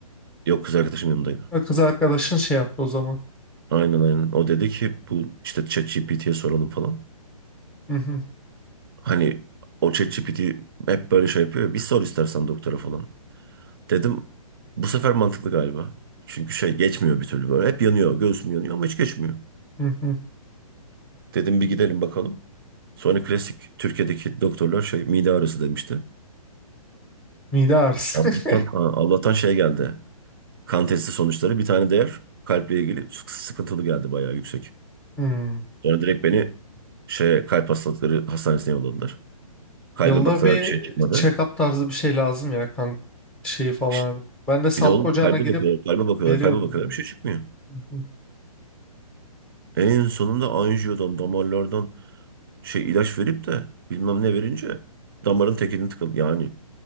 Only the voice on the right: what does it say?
Yok kız arkadaşım yanındaydı.
Aynen aynen o dedi ki bu işte ChatGPT'ye soralım falan.
Hani o ChatGPT hep böyle şey yapıyor ya, bir sor istersen doktora falan. Dedim bu sefer mantıklı galiba. Çünkü şey geçmiyor bir türlü böyle. Hep yanıyor. Göğsüm yanıyor ama hiç geçmiyor.
Dedim bir gidelim bakalım. Sonra klasik Türkiye'deki doktorlar şey mide ağrısı demişti.
Allah'tan,
ha, Allah'tan şey geldi. Kan testi sonuçları bir tane değer kalple ilgili sık- sıkıntılı geldi bayağı yüksek.
Sonra direkt beni şey kalp hastalıkları hastanesine yolladılar. Kalbe
baktılar
bir şey çıkmadı.
İşte
Bir de oğlum
kalbe
bakıyorlar, kalbe bakıyorlar,
kalbe bakıyorlar
bir şey çıkmıyor.
En sonunda anjiyodan, damarlardan şey ilaç verip de bilmem ne verince damarın tekini tıkadı. Yani